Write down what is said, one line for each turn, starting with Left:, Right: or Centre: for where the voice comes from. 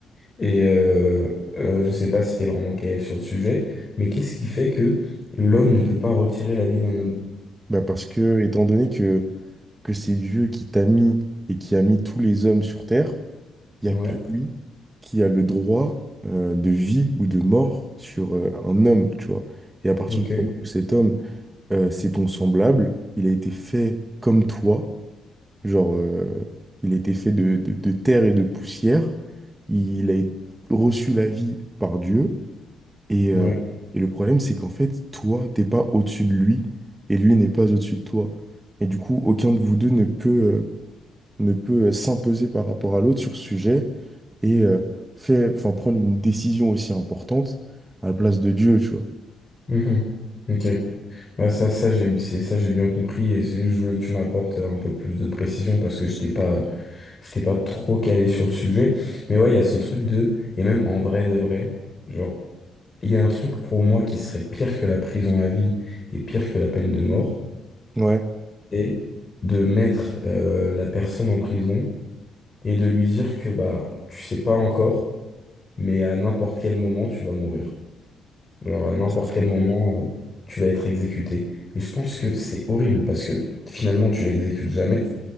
Left: Et euh, euh, je sais pas si t'es vraiment calé sur le sujet, mais qu'est-ce qui fait que l'homme ne peut pas retirer la vie d'un homme?
Right: Bah parce que, étant donné que, que c'est Dieu qui t'a mis et qui a mis tous les hommes sur Terre, il
Left: Ouais,
Right: n'y a que lui qui a le droit euh, de vie ou de mort sur euh, un homme, tu vois. Et à partir
Left: ok,
Right: du moment où cet homme euh, c'est ton semblable, il a été fait comme toi, genre, euh, il a été fait de, de- de terre et de poussière, il a reçu la vie par Dieu, et, euh,
Left: ouais.
Right: et le problème, c'est qu'en fait, toi, t'es pas au-dessus de lui, et lui n'est pas au-dessus de toi. Et du coup, aucun de vous deux ne peut, euh, ne peut euh, s'imposer par rapport à l'autre sur ce sujet, et euh, fait, enfin, prendre une décision aussi importante à la place de Dieu, tu vois.
Left: mhm, Ok. Ouais, ça, ça j'ai, c'est ça j'ai bien compris et c'est juste, je voulais que tu m'apportes euh, un peu plus de précision parce que j'étais pas, j'étais pas trop calé sur le sujet. Mais ouais, il y a ce truc de, et même en vrai de vrai, genre, il y a un truc pour moi qui serait pire que la prison à vie et pire que la peine de mort,
Right: Ouais,
Left: et de mettre euh, la personne en prison et de lui dire que bah tu sais pas encore, mais à n'importe quel moment tu vas mourir. Alors à n'importe
Right: ça serait
Left: quel moment
Right: terrible.
Left: euh, tu vas être exécuté. Et je pense que c'est horrible parce que finalement tu l'exécutes jamais,